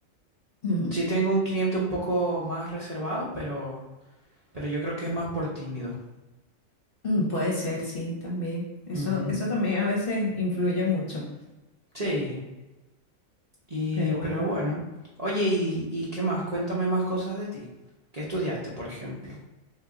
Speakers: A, on the left; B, on the right.
A: Mm.
B: Sí tengo un cliente un poco más reservado, pero, pero yo creo que es más por tímido.
A: Mm, puede ser, sí, también. Eso,
B: Ujú.
A: eso también a veces influye mucho,
B: Sí, Y,
A: pero
B: pero
A: bueno.
B: bueno. Oye, ¿y, y qué más? Cuéntame más cosas de ti. ¿Qué estudiaste, por ejemplo?